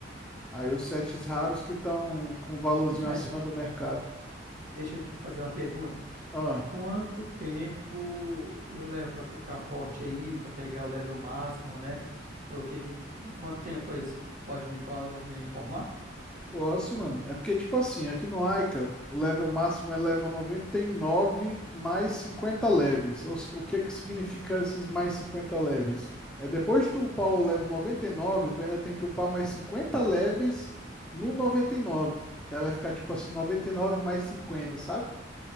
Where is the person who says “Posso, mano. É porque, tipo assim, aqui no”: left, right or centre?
Centre